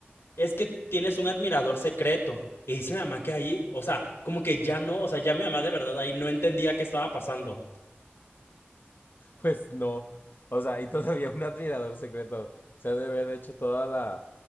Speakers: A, on the left; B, on the left.
A: es que tienes un admirador secreto. Y dice mi mamá que ahí, o sea, como que ya no, o sea, ya mi mamá de verdad ahí no entendía qué estaba pasando.
B: Pues no, o sea, y todavía un admirador secreto, se ha de haber hecho toda la,